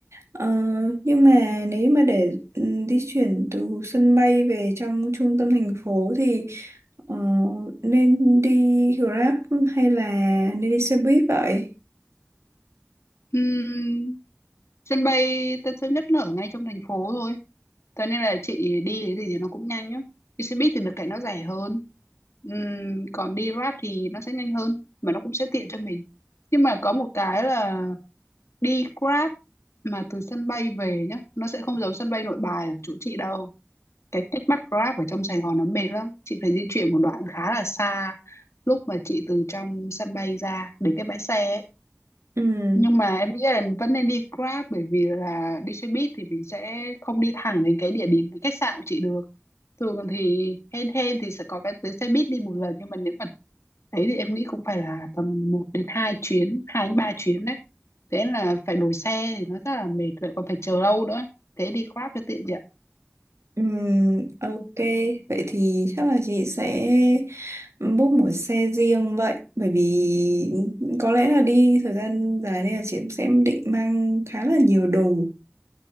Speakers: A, on the right; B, on the left.
A: Ờ, nhưng mà nếu mà để ừm, di chuyển từ sân bay về trong trung tâm thành phố thì ờ, nên đi Grab hay là nên đi xe buýt vậy?
B: Ừm, sân bay Tân Sơn Nhất nó ở ngay trong thành phố thôi Thế nên là chị đi cái gì thì nó cũng nhanh á. Đi xe buýt thì được cái nó rẻ hơn. Ừm, còn đi Grab thì nó sẽ nhanh hơn mà nó cũng sẽ tiện cho mình. Nhưng mà có một cái là đi Grab mà từ sân bay về nhá, nó sẽ không giống sân bay Nội Bài ở chỗ chị đâu. Cái cách bắt Grab ở trong Sài Gòn nó mệt lắm. Chị phải di chuyển một đoạn khá là xa lúc mà chị từ trong sân bay ra đến cái bãi xe ấy
A: Ừm,
B: nhưng mà em nghĩ là vẫn nên đi Grab bởi vì là đi xe buýt thì mình sẽ không đi thẳng đến cái địa điểm cái khách sạn của chị được thường thì hên hên thì sẽ có cái tuyến xe buýt đi một lần nhưng mà nếu mà ấy thì em nghĩ cũng phải là tầm một đến hai chuyến hai đến 3 chuyến đấy thế là phải đổi xe thì nó rất là mệt vậy còn phải chờ lâu nữa thế đi Grab cho tiện chị ạ
A: ừm, ok, vậy thì chắc là chị sẽ book một xe riêng vậy, bởi vì có lẽ là đi thời gian dài nên là chị cũng sẽ định mang khá là nhiều đồ